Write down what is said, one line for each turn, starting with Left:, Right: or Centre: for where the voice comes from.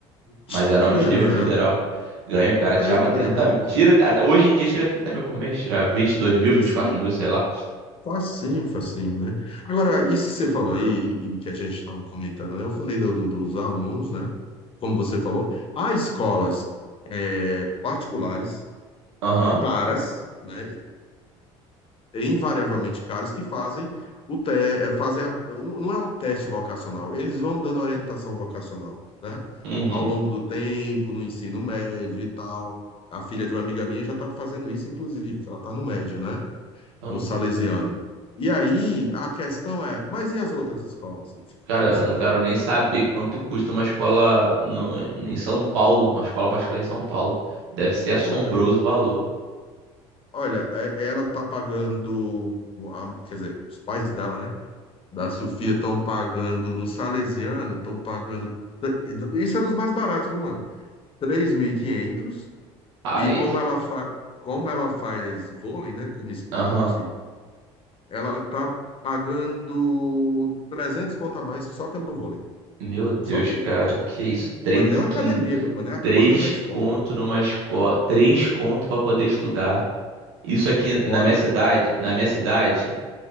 Left: Tinha
Right: mas eram
Left: que ganhar
Right: de nível
Left: bem
Right: federal.
Left: mesmo.
Right: Ganha, o cara
Left: Aí
Right: tirava
Left: é que
Right: 30,
Left: ganha bem mesmo.
Right: mi- tira até- hoje em dia tira 30 mil por mês, tira vinte, e dois mil,
Left: Facinho,
Right: vinte e quatro mil, sei lá.
Left: facinho, facinho, né? Agora, isso que você falou aí, e e que a gente estava comentando, né? Eu falei do, do- dos alunos, né? como você falou, há escolas é, particulares
Right: Aham,
Left: caras, né, invariavelmente caros que fazem o te, eh, fazem a- não não é o teste vocacional, eles vão dando orientação vocacional, né?
Right: uhum.
Left: Ao longo do tempo, no ensino médio e tal. A filha de uma amiga minha já está fazendo isso, inclusive, que ela está no médio, né?
Right: Eu
Left: No
Right: não-
Left: Salesiano. E aí a questão é, mas e as outras escolas? É
Right: cara,
Left: isso
Right: eu
Left: que você
Right: não
Left: está
Right: quero
Left: falando.
Right: nem saber quanto custa uma escola no- em São Paulo, uma escola particular em São Paulo. Deve ser assombroso
Left: Ué,
Right: o valor.
Left: olha, é- ela está pagando, a- quer dizer, os pais dela, né? da Sofia estão pagando no Salesiano, estão pagando. Isso é dos mais baratos, viu, mano? três mil E quinhentos
Right: Ai,
Left: e como ela fa... como ela faz vôlei, né, como esporte,
Right: aham.
Left: ela tá pagando 300 conto a mais só pelo vôlei.
Right: Meu Deus,
Left: Só pelo
Right: cara,
Left: vôlei.
Right: que isso? 3,500.
Left: Não é nem uma academia, viu, mano? É a
Right: Três
Left: quadra da escola.
Right: conto numa escola, três conto pra poder estudar. Isso aqui
Left: Fora.
Right: na minha cidade, na minha cidade,